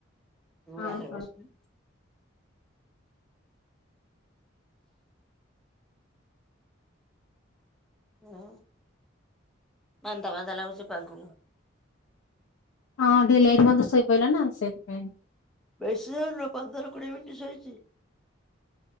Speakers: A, in the centre; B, on the left.
A: ମୁଁ
B: ହଁ
A: ବାହାରେ ବସିଛି। ହୁଁ ମାନ୍ଦା ମାନ୍ଦା ଲାଗୁଛି ପାଗକୁ।
B: ହଁ ଟିକେ ଲେଟ୍ ପର୍ଯ୍ୟନ୍ତ ଶୋଇ ପଡିଲ ନା ସେଇଥିପାଇଁ।
A: ବେଶୀ ସମୟ ନୁହେଁ ପନ୍ଦର କୋଡ଼ିଏ ମିନିଟ୍ ଶୋଇଚି।